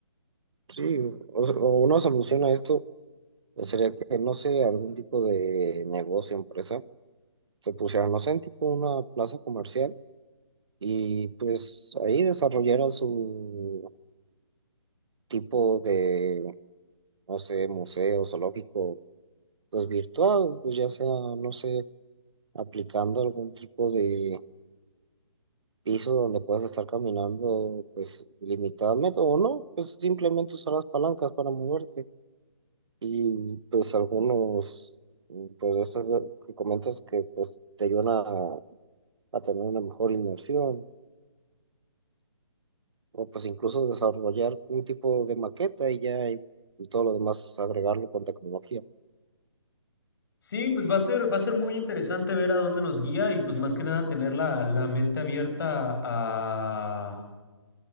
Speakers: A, on the right; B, on the left.
A: Sí, o, sea, o una solución a esto pues, sería que, no sé, algún tipo de negocio, empresa, se pusiera, no sé, en tipo una plaza comercial y pues ahí desarrollara su tipo de, no sé, museo, zoológico, pues virtual, pues ya sea, no sé, aplicando algún tipo de piso donde puedas estar caminando pues limitadamente o no, pues simplemente usar las palancas para moverte y pues algunos pues de estas que comentas que pues te ayudan a, a tener una mejor inmersión o pues incluso desarrollar un tipo de maqueta y ya y todo lo demás agregarlo con tecnología.
B: Sí, pues va a ser, va a ser muy interesante ver a dónde nos guía y pues más que nada tener la, la mente abierta a